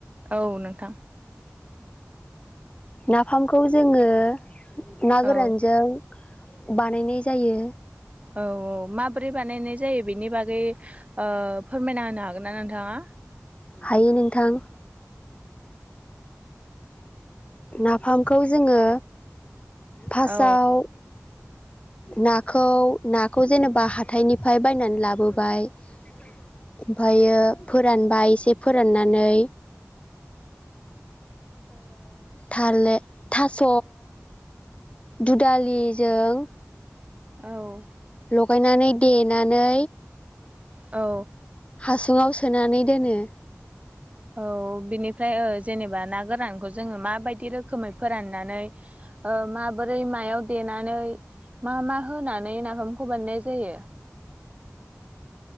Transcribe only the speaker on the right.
औ नोंथां।
औ
औ औ माब्रै बानायनाय जायो बेनि बागै ओ फोरमायना होनो हागोन ना नोंथांआ
औ
औ
औ
औ बिनिफ्राय ओ जेनेबा ना गोरानखौ जोंओ माबादि रोखोमै फोराननानै माबोरै मायाव देनानै मा मा होनानै नाफामखौ बानायनाय जायो?